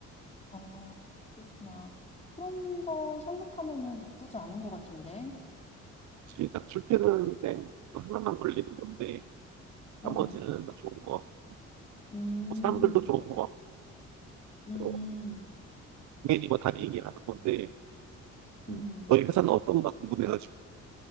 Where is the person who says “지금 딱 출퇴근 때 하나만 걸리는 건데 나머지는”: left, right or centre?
Right